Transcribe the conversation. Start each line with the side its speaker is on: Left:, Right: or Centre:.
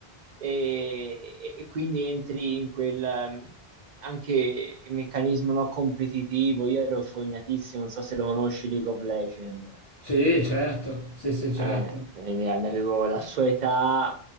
Right: E, e quindi entri in quel ehm, anche meccanismo no, competitivo. Io ero fognatissimo, non so se lo conosci, League of Legends.
Left: Sì, certo, sì, sì, certo.
Right: Eh, quindi avevo la sua età,